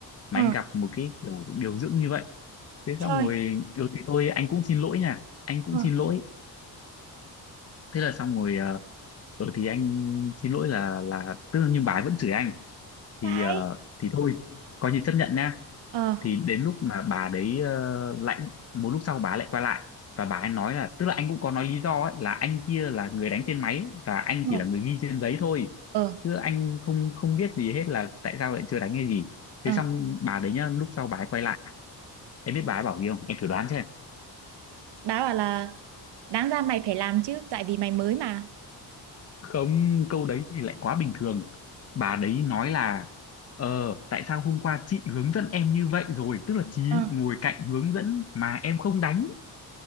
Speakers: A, on the left; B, on the right.
A: mà
B: ừ
A: anh gặp một cái kiểu điều dưỡng như vậy thế
B: trời
A: xong rồi ừ thì thôi anh cũng xin lỗi nha anh cũng
B: ừ
A: xin lỗi thế là xong rồi ờ ừ thì anh xin lỗi là là tức là nhưng bà ấy vẫn chửi anh thì
B: vãi
A: ờ, thì thôi coi như chấp nhận nha
B: ờ
A: thì đến lúc mà bà đấy ờ, lại một lúc sau bà lại quay lại và bà ấy nói là tức là anh cũng có nói lý do ấy, là anh kia là người đánh trên máy và anh
B: ừ.
A: chỉ là người ghi trên giấy thôi
B: ờ
A: chứ anh không không biết gì hết là tại sao lại chưa đánh hay gì
B: ờ
A: thế xong bà đấy nhá lúc sau bà ấy quay lại em biết bà ấy bảo gì không em thử đoán xem
B: bà bảo là đáng ra mày phải làm chứ tại vì mày mới mà
A: không câu đấy thì lại quá bình thường bà đấy nói là ờ tại sao hôm qua chị hướng dẫn em như vậy rồi tức là chị
B: ừ.
A: ngồi cạnh hướng dẫn mà em không đánh